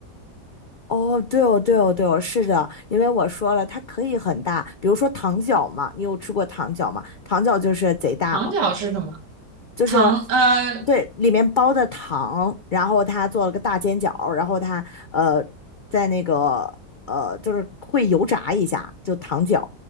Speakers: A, on the left; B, on the right.
A: 哦，对哦，对哦，对哦，是的，因为我说了，它可以很大，比如说糖饺嘛，你有吃过糖饺吗？糖饺就是贼大嘛。
B: 糖饺是什么？
A: 就是
B: 糖呃
A: 对里面包的糖，然后他做了个大煎饺，然后他呃在那个呃就是会油炸一下，就糖饺，